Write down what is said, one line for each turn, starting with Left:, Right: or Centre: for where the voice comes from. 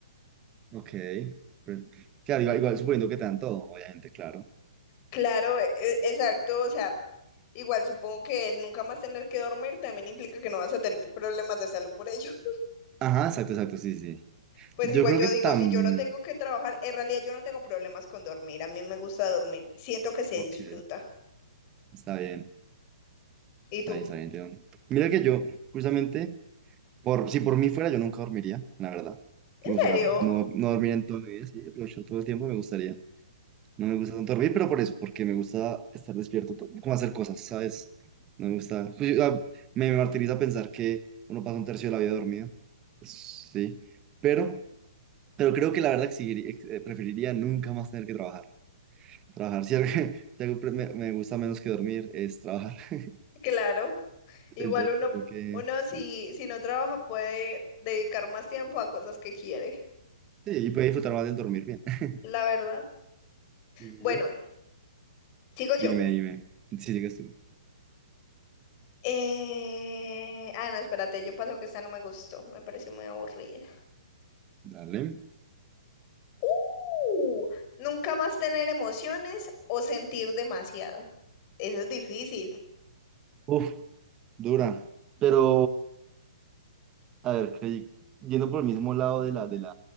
Right: Ok. pero- claro, igual, igual suponiendo que te dan todo, obviamente, claro.
Left: Claro, e- e- exacto, o sea, igual supongo que el nunca más tener que dormir también implica que no vas a tener problemas de salud por ello. <laughs>
Right: Ajá, exacto, exacto, sí, sí.
Left: Pues
Right: Yo
Left: igual
Right: creo
Left: yo
Right: que
Left: digo,
Right: tan...
Left: si yo no tengo que trabajar, en realidad yo no tengo problemas con dormir, a mí me gusta dormir, siento que se
Right: Ok,
Left: disfruta.
Right: está bien.
Left: ¿Y
Right: Está
Left: tú?
Right: bien, está bien, entiendo. Mira que yo, justamente, por, si por mí fuera, yo nunca dormiría, la verdad.
Left: ¿En
Right: Me gustaría
Left: serio?
Right: no, no dormir en todo mi vida, sí, aprovechar todo el tiempo, me gustaría. No me gusta tanto dormir, pero por eso, porque me gusta estar despierto, to- como hacer cosas, ¿sabes? No me gusta. pues, yo- ah, me, me martiriza pensar que uno pasa un tercio de la vida dormido, pues, sí. Pero, pero creo que la verdad exigir- ex- eh, preferiría nunca más tener que trabajar. Trabajar, si algo, <laughs> si algo pre- me, me gusta menos que dormir es trabajar. <laughs>
Left: Claro. Igual
Right: Entonces,
Left: uno,
Right: creo que
Left: uno
Right: sí.
Left: si, si no trabaja puede dedicar más tiempo a cosas que quiere,
Right: Sí, y puede disfrutar más del dormir bien. <laughs>
Left: la verdad.
Right: Sí, sí,
Left: Bueno,
Right: sí.
Left: sigo yo.
Right: Dime, dime. Si sigues tú.
Left: Eh, Ah, no, espérate, yo paso que esta no me gustó, me pareció muy aburrida.
Right: Dale.
Left: ¡Uh! Nunca más tener emociones o sentir demasiado. Eso es difícil.
Right: Uf, dura. Pero, a ver, que- yendo por el mismo lado de la, de la,